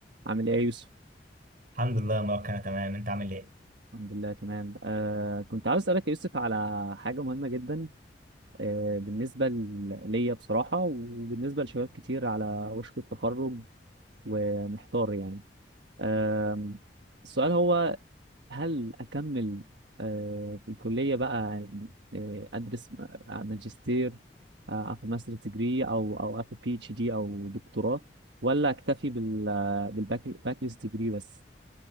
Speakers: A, on the right; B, on the right.
A: عامل ايه يا يوسف؟
B: الحمد لله يا مروان انا تمام انت عامل ايه
A: الحمد لله تمام آه كنت عاوز اسألك يا يوسف على حاجة مهمة جدا آه بالنسبة ل- ليا بصراحة وبالنسبة لشباب كتير على وشك التخرج ومحتار يعني آه السؤال هو هل أكمل آه في الكلية بقى آه أدرس ماجستير آه أخد ماستر ديجري أو أو أخد بي اتش دي أو دكتوراه ولا أكتفي بال بالباك ديجري بس